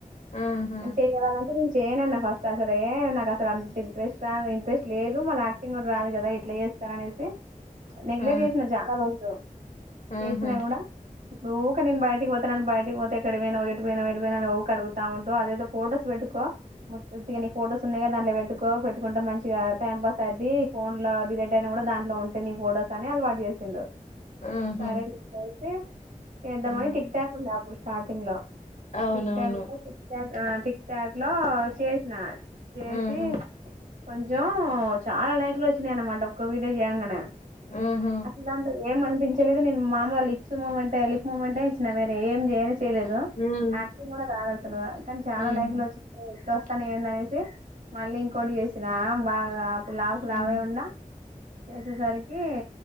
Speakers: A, on the left; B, on the right.
A: ఆహా
B: చెయ్యారదంటే నేను చేయనన్న ఫస్ట్ అసలే ఏ నాకు అసలు అంత ఇంట్రెస్ట్ రా ఇంట్రెస్ట్ లేదు మళ్ళ యాక్టింగ్ కూడా రాదు కదా ఎట్లా చేస్తాను అనేసి నెగ్లెక్ట్
A: ఆ
B: చేసిన చాలా రోజులు చేసినా
A: ఆహా
B: కూడా ఊకే నేను బయటికి పోతే నన్ బయటికి పోతే ఎక్కడికి పోయినవ్ ఎటు పోయినావు ఊక అడుగుతా ఉంటూ అదేదో ఫొటోస్ పెట్టుకో నీ ఫొటోస్ ఉన్నాయ్ దాంట్లో పెట్టుకో పెట్టుకుంటే మంచిగా టైం పాస్ అయిది ఫోన్ లో డిలేట్ అయిన కూడా దాంట్లో ఉంటే నీ ఫొటోస్ అని అలవాటు చేసిండు
A: ఆహా
B: సరే లే ఇట్లైతే చేద్దాం
A: ఆ
B: అని టిక్ టాక్ ఉంది అప్ స్టార్టింగ్ లో
A: అవునవును
B: టిక్ టాక్ ఆ టిక్ టిక్ టాక్ లో చేసినా చేసి
A: ఆహా
B: కొంచం చాలా లైక్లు వచ్చినయి అనమాట ఒక్క వీడియో చేయంగానే
A: ఆహా
B: అసలు అంత ఏం పించలేదు నేను మామూలు లిప్స్ మూమెంటే లిప్ మూమెంటె ఇచ్చిన వే ఏం చేయ చైలేదు
A: ఉమ్
B: యాక్టింగ్ కూడా రాదు అసలు కానీ చాలా
A: ఉమ్
B: లైక్లు ల వచ్చినై ఏంది అనేసి మళ్ళీ ఇంకోటి వేసినా బాగా లావుకులావే
A: ఉమ్
B: ఉన్నా చేసేసరికి